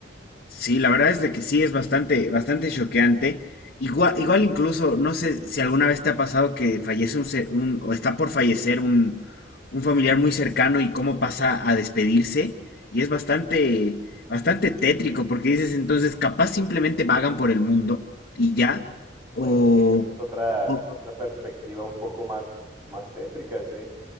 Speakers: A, on the left; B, on the right.
A: Sí, la verdad es de que sí es bastante, bastante choqueante. Igual, igual incluso, no sé si alguna vez te ha pasado que fallece un, ser- un- o está por fallecer un, un familiar muy cercano y cómo pasa a despedirse. Y es bastante, bastante tétrico porque dices entonces capaz simplemente vagan por el mundo y ya, o,
B: Bueno, sí, eso es otra,
A: o,
B: otra perspectiva un poco más, más tétrica, sí.